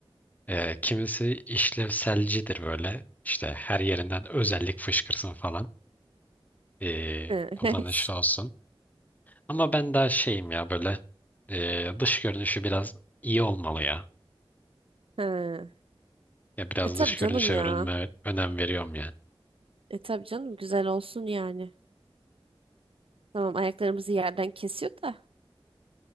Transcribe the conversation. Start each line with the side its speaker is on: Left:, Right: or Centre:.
Left: Ee, kimisi işlevselcidir böyle. İşte her yerinden özellik fışkırsın falan. Ee,
Right: Ha, <laughs>
Left: kullanışlı
Right: evet.
Left: olsun. Ama ben daha şeyim ya böyle ee, dış görünüşü biraz iyi olmalı ya.
Right: Ha.
Left: Ya biraz
Right: E tabii
Left: dış
Right: canım
Left: görünüşe
Right: ya.
Left: öğrenme, önem veriyorum yani.
Right: E tabii canım güzel olsun yani. Tamam ayaklarımızı yerden kesiyor da